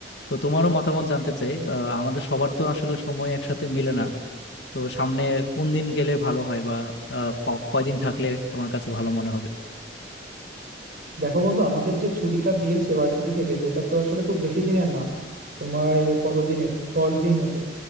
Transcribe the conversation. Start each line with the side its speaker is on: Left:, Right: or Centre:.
Left: তো তোমারও মতামত জানতে চাই আহ, আমাদের সবার তো আসলে সময় একসাথে মিলে না তো সামনে কোন দিন গেলে ভালো হয় বা আহ, ক- কয়দিন থাকলে তোমার কাছে ভালো মনে হবে
Right: দেখো বন্ধু আমাদের যে ছুটিটা দিয়েছে ভার্সিটি থেকে সেটা তো আসলে খুব বেশি দিনের না তোমার কতদিনের দশ দিন মতো